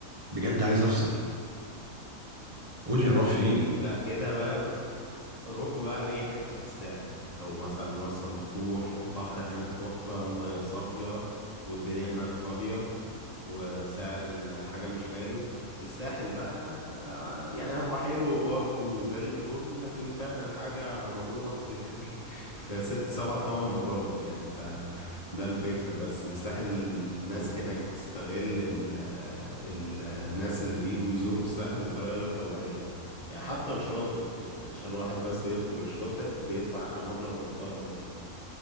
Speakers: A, on the right; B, on the left.
A: بجد عايز افصل قول لي هروح فين
B: لا كده بقى روح بقى اي حتة في الساحل او مثلا مرسى مطروح البحر هناك تحفة مية صافية والدنيا هناك فاضية وسعر الحاجة مش غالي الساحل بقى آه، يعني هو حلو برضه زي الفل لكن سعر الحاجة مضروبة في س- <laughs> في ست سبع تمن مرات يعني فده الفكرة بس الساحل الناس هناك بتستغل ال ال الناس اللي بيجوا يزوروا الساحل بطريقة غير طبيعية يعني حتى الشاطئ يعني عشان الواحد بس يدخل الشاطئ بيدفع مبلغ محترم يعني